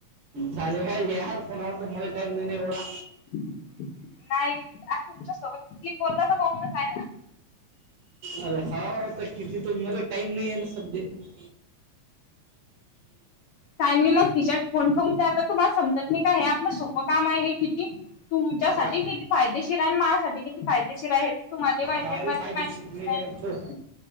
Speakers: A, on the right; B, on the left.
A: चालेल, काय या फोनावर तो मला टाईम नाही नाही एवढा.
B: नाही, आता तुमच्या सोबत कीती बोलल तर <unintelligible> नाही ना.
A: अरे हा, आता किती त मला टाईम नाही आहे ना सध्या.
B: टाईम मग खिश्यात फोन ठेवून द्या, तुम्हाला समजत नाही का, हे आपलं सोपं काम आहे किती. तुमच्यासाठी
A: का
B: किती फायदेशीर आहे आणि माझसाठी किती फायदेशीर आहे. तुम्हाला माहिती
A: काय
B: यांमध्येध
A: फायदेशीर
B: माहिती आहे की नाही,
A: ठेव